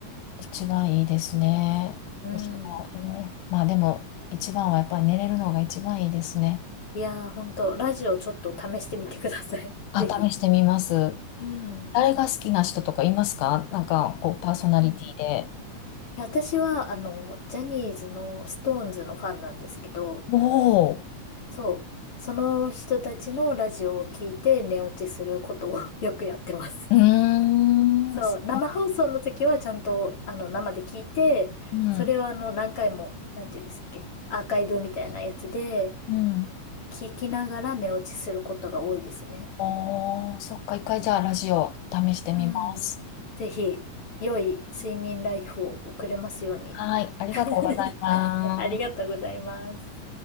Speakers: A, on the left; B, on the left.
A: 一番いいですね。
B: うん。
A: 私もいろいろ。まあでも、一番はやっぱり寝れるのが一番いいですね。
B: いやー、ほんと、ラジオちょっと試してみてください。<laughs>
A: あ、
B: ぜひ。
A: 試してみます。
B: うん。
A: 誰が好きな人とかいますかなんか、こう、パーソナリティで。
B: うんうん。いや私は、あの、ジャニーズのストーンズのファンなんですけど、
A: おお、
B: そう。その人たちのラジオを聞いて寝落ちすることを <laughs> よくやってます。
A: うーん、
B: そう、
A: そ
B: 生放送の時はちゃんと、あの、生で聞いて、
A: う、うん、
B: それをあの、何回も、なんていうんですっけ、アーカイブみたいなやつで、
A: うん。
B: 聞きながら寝落ちすることが多いですね。
A: おー、そっか、一回じゃあラジオ試してみます。
B: うん。ぜひ、良い睡眠ライフを送れますように。
A: はい、ありがとうございます。
B: <laughs> ありがとうございます。